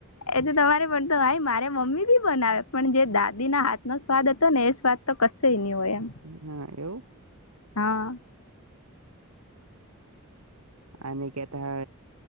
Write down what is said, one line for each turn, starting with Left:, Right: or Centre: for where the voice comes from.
Left: એ તો તમારે પણ તો ભાઈ મારે મમ્મી બી બનાવે પણ જે દાદી ના હાથ નો સ્વાદ હતો ને એ સ્વાદ તો કસુ એની વયમ
Right: હા એવું.
Left: હા.
Right: અને કેતા